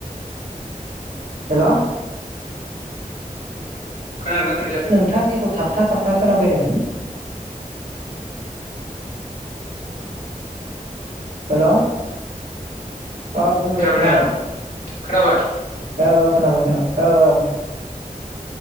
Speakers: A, on the right; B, on the left.
A: हेल'
B: खोनायाखै जाखो
A: नोंथांनिखौ थाब थाबथा थाबथा खोनाफैदों। हेल' औ बुं
B: खोनाबायना
A: दे खोनाबाय
B: खोनाबाय
A: औ औ खोनाबाय खोनाबाय औ औ।